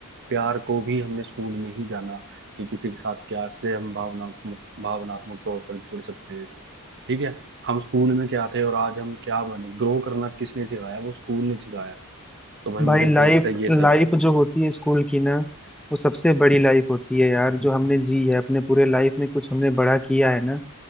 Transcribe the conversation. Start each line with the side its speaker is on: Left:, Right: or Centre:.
Right: प्यार को भी हमने स्कूल में ही जाना कि किसी के साथ क्या से हम भावना भावनात्मक तौर पर जुड़ सकते हैं ठीक है हम स्कूल में क्या थे और आज हम क्या बने ग्रो करना किसने सिखाया वो स्कूल ने सिखाया तो भाई
Centre: भाई
Right: मुझे
Centre: लाइफ
Right: तो लगता है ये
Centre: लाइफ
Right: सब
Centre: जो होती है स्कूल की ना वो सबसे बड़ी लाइफ होती है यार जो हमने जी है अपने पूरे लाइफ में कुछ हमने बड़ा किया है ना